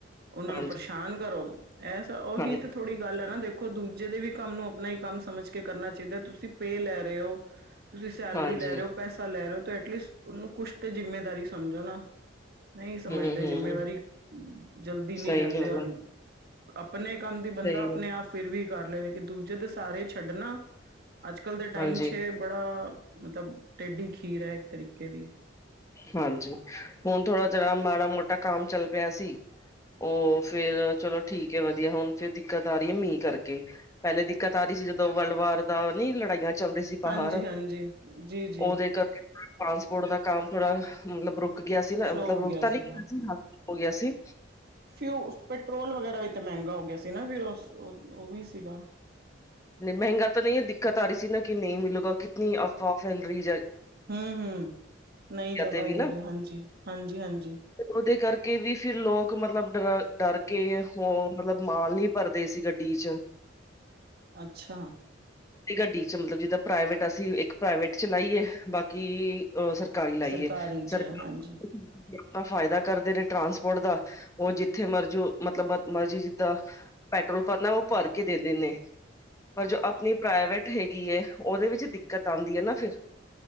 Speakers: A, on the right (about 55°); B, on the left (about 15°).
A: ਉਹਨਾਂ ਨੂੰ,
B: ਹਾਂਜੀ
A: ਪਰੇਸ਼ਾਨ ਕਰੋ ਐਸਾ ਉਹੀ
B: ਹਾਂ
A: ਥੋੜ੍ਹੀ ਗੱਲ ਹੈ ਨਾ, ਦੇਖੋ ਦੂਜੇ ਦੇ ਵੀ ਕੰਮ ਨੂੰ ਆਪਣਾ ਹੀ ਕੰਮ ਸਮਝ ਕੇ ਕਰਨਾ ਚਾਹੀਦਾ, ਤੁਸੀਂ ਪੇਅ ਲੈ ਰਹੇ ਹੋ। <unintelligible> ਤੁਸੀਂ ਸੈਲਰੀ
B: ਹਾਂਜੀ
A: ਲੈ ਰਹੇ ਹੋ, ਪੈਸਾ ਲੈ ਰਹੇ ਹੋ ਐਟਲੀਸਟ ਉਹਨੂੰ, ਕੁਛ ਤੇ ਜਿੰਮੇਦਾਰੀ ਸਮਝੋ ਨਾ, ਨਈ ਸਮਝਦੇ
B: ਹਮ ਹਮ
A: ਜਿੰਮੇਵਾਰੀ, ਜਲਦੀ ਨਹੀਂ
B: ਸਹੀ
A: ਲੈਂਦੇ
B: ਗੱਲ
A: ਔਰ
B: ਆ,
A: ਆਪਣੇ ਕੰਮ ਦੀ, ਬੰਦਾ
B: ਸਹੀ
A: ਆਪਣੇ
B: ਗੱਲ।
A: ਆਪ ਫਿਰ ਵੀ ਕਰ ਲਏ ਲੇਕਿਨ, ਦੂਜੇ ਦੇ ਸਾਰੇ ਛੱਡਣਾ ਅੱਜ- ਕੱਲ੍ਹ ਦੇ ਟਾਈਮ
B: ਹਾਂਜੀ,
A: 'ਚ, ਬੜਾ ਮਤਲਬ ਟੇਡੀ ਖੀਰ ਹੈ ਇੱਕ ਤਰੀਕੇ ਦੀ
B: ਹਾਂਜੀ, ਹੁਣ ਥੋੜਾ ਜਿੜਾ ਮਾੜਾ -ਮੋਟਾ ਕੰਮ ਚੱਲ ਪਿਆ ਸੀ। ਉਹ ਫੇਰ ਚਲੋ ਠੀਕ ਹੈ, ਵਧੀਆ ਹੁਣ ਫੇਰ ਦਿੱਕਤ ਆ ਰਹੀ ਹੈ, ਮੀਂਹ ਕਰਕੇ ਪਹਿਲੇ ਦਿੱਕਤ ਆ ਰਹੀ ਸੀ, ਜਦੋਂ ਵਰਲਡ ਵਾਰ ਦਾ ਨੀ ਲੜਾਈਆਂ ਚੱਲਦੇ ਸੀ, ਬਾਹਰ
A: ਹਾਂਜੀ ਹਾਂਜੀ ਜੀ ਜੀ
B: ਉਹਦੇ ਕਰ ਟਾਂਸਪੋਰਟ ਦਾ ਕੰਮ, ਥੋੜਾ ਮਤਲਬ ਰੁਕ ਗਿਆ ਸੀ, ਨਾ
A: ਸਲੋਅ
B: ਮਤਲਬ
A: ਹੋ
B: ਰੁਕ
A: ਗਿਆ
B: ਤਾਂ
A: ਸੀਗਾ
B: ਨੀ ਸੀ ਹੋ ਗਿਆ ਸੀ।
A: ਫਿਊ ਪੈਟਰੋਲ ਵਗੈਰਾ, ਵੀ ਤਾਂ ਮਹਿੰਗਾ ਹੋ ਗਿਆ ਸੀ ਨਾ ਫਿਰ ਉਹ ਵੀ ਸੀਗਾ।
B: ਨਈ ਮਹਿੰਗਾ ਤਾਂ ਨਹੀਂ ਹੈ ਦਿੱਕਤ, ਆ ਰਹੀ ਸੀ ਨਾ ਕਿ ਨਹੀਂ, ਮਿਲੂਗਾ ਕਿਤਨੀ ਅਫਵਾਹ ਫੈਲ ਰਹੀ ਜਾਂ
A: ਹਮ -ਹਮ ਨਹੀਂ ਜ਼ਿਆਦਾ
B: ਤੇ ਵੀ
A: ਦੇ
B: ਨਾ
A: ਰਹੇ ਹਾਂਜੀ, ਹਾਂਜੀ, ਹਾਂਜੀ।
B: ਉਹਦੇ ਕਰਕੇ ਵੀ, ਫਿਰ ਲੋਕ ਮਤਲਬ ਡਰ, ਡਰ ਕੇ ਉਹ ਮਤਲਬ ਮਾਲ ਨੀ ਪਰਦੇਸੀ ਗੱਡੀ ਚ
A: ਅੱਛਾ।
B: ਗੱਡੀ ਚ ਮਤਲਬ, ਜਿੱਦਾਂ ਭਰਾ ਵੱਡਾ ਸੀਂ। ਇੱਕ ਪ੍ਰਾਈਵੇਟ ਚਲਾਈਏ ਬਾਕੀ ਅ ਸਰ ਗਾੜੀ ਲਾਈਏ
A: ਸਰਕਾਰੀ 'ਚ
B: ਸਰ
A: ਹਾਂਜੀ
B: ਆਪਣਾ ਫਾਇਦਾ ਕਰਦੇ ਨੇ, ਟਰਾਂਸਪੋਰਟ ਦਾ ਉਹ ਜਿੱਥੇ ਮਰਜ਼ੀ, ਮਤਲਬ ਮਰਜ਼ੀ ਜਿੱਦਾਂ ਪੈਟਰੋਲ ਭਰਨਾ, ਉਹ ਭਰ ਕੇ ਦੇਿੰਦੇ ਨੇ, ਪਰ ਜੋ, ਆਪਣੀ ਪ੍ਰਾਈਵੇਟ ਹੈਗੀ ਏ, ਉਹਦੇ ਵਿੱਚ ਦਿੱਕਤ ਆਉਂਦੀ ਹੈ ਨਾ ਫਿਰ